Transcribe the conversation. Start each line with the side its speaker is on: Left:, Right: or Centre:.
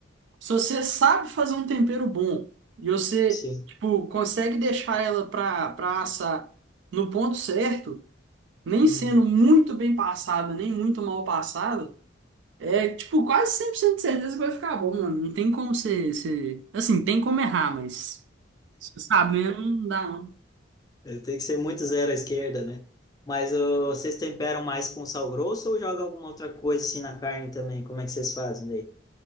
Right: se você sabe fazer um tempero bom e você,
Left: sim.
Right: tipo, consegue deixar ela pra, pra assar no ponto certo, nem
Left: Uhum.
Right: sendo muito bem passada, nem muito mal passada, é tipo quase 100% de certeza que vai ficar bom, mano. Não tem como você, você... Assim, tem como errar, mas se sabendo, não dá não.
Left: É, Tem que ser muito zero à esquerda, né? Mas ô, vocês temperam mais com sal grosso ou joga alguma outra coisa assim na carne também? Como é que vocês fazem daí?